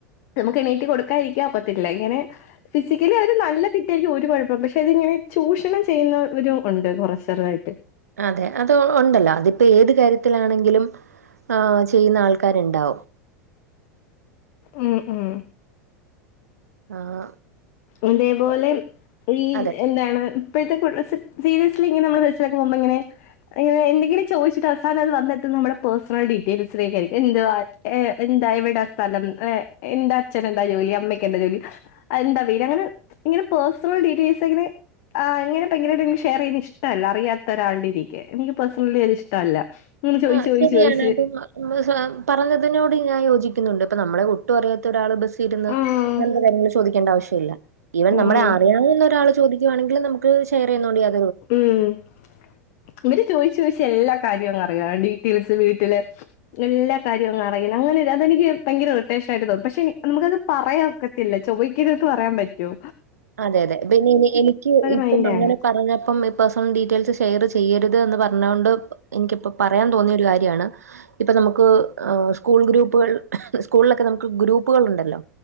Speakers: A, on the left; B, on the right.
A: നമുക്ക് എണീറ്റ് കൊടുക്കാ ഇരിക്കാ ഒക്കത്തില്ല ഇങ്ങനെ ഫിസിക്കലി അവര് നല്ല ഫിറ്റ് ആയിരിക്കും ഒരു കുഴപ്പം പക്ഷെ അതിങ്ങനെ ചൂഷണം ചെയ്യുന്നവരും ഉണ്ട് കുറച്ചെറുതായിട്ട്
B: അതെ അത് ഉണ്ടല്ലോ അതിപ്പോ ഏത് കാര്യത്തിലാണെങ്കിലും ആഹ് ചെയ്യുന്ന ആൾക്കാരിണ്ടാവും
A: ഉം ഉം
B: ആഹ്
A: അതേപോലെ ഈ
B: അതെ
A: എന്താണ് ഇപ്പഴ്ത്തെ കൂട്ട് സീരിയസ്ലി ഇങ്ങനെ നമ്മള് ബസ്സിലൊക്കെ പോകുമ്പോ ഇങ്ങനെ യ്യോ എന്തെങ്കിലും ചോദിച്ചിട്ട് അവസാനത് വന്നെത്തുന്ന നമ്മുടെ പേഴ്സണൽ ഡീറ്റെയിൽസിലേക്കാ എന്തുവാ ഏഹ് എന്താ എവിടാ സ്ഥലം എന്താ അച്ഛനെന്താ ജോലി അമ്മയ്ക്കെന്താ ജോലി എന്താ വീട് ഇങ്ങനെ പേഴ്സണൽ ഡീറ്റെയിൽസ് അങ്ങനെ ആഹ് അങ്ങനെ ഭയങ്കരട്ടെനിക്ക് ഷെയർ ചെയ്യുനെഇഷ്ടല്ല അിയാത്ത ഒരാളുടരിക്കെ എനിക്ക് പേഴ്സണലി അത് ഇഷ്ടല്ല ഉം ചോയിച്ചു
B: ആഹ്
A: ചോയിച്ച്
B: ശരിയാണ്.
A: ചോദിച്ചു
B: ഇപ്പം പറഞ്ഞതിനോട് ഞാൻ യോജിക്കുന്നുണ്ട് ഇപ്പ നമ്മളെ ഒട്ടും അറിയാത്ത ഒരാൾ ബസ് ന്ന്
A: ഉം
B: അങ്ങനത്തെ കാര്യങ്ങള് ചോദിക്കേണ്ട ആവശ്യല്ല ഈവൻ
A: ഉം
B: നമ്മളെ ആറി ആങ്ങനൊരാള് ചോദിക്കുവാണങ്കില് നുക്ക് ഷെയർ ചെയ്യുന്ന കൊണ്ട് യാ
A: ഉം ഇവര് ചോദിച്ചു ചോദിച്ച് എല്ലാ കാര്യവും അങ്ങ് അറിയു ഡീറ്റെയിൽസ് വീട്ടിലെ എല്ലാ കാര്യവും അങ് അറിയണം അങ്ങനെ ഒരു അതെനിക്ക് ഭയങ്കര ഇറിട്ടേഷനായിട്ട് തോന്നും പക്ഷെ നമുക്കത് പറയാൻക്കെ ത്തില്ല ചോയിക്കുന്നത് പറയാൻ പറ്റോ
B: അതെ അതെ പിന്നെ എനിക്ക് ഇപ്പം
A: മൈൻഡാണ്
B: അങ്ങനെ പറഞ്ഞപ്പം പേഴ്സണൽ ഡീറ്റെയിൽസ് ഷെയർ ചെയ്യരുത് എന്ന് പറഞ്ഞ കൊണ്ട് എനിക്കിപ്പോ പറയാൻ തോന്നിയ ഒരു കാര്യമാണ് ഇപ്പൊ നമുക്ക് സ്കൂൾ ഗ്രൂപ്പുകൾ സ്കൂളിലൊക്കെ നമുക്ക് ഗ്രൂപ്പുകൾ ഉണ്ടല്ലോ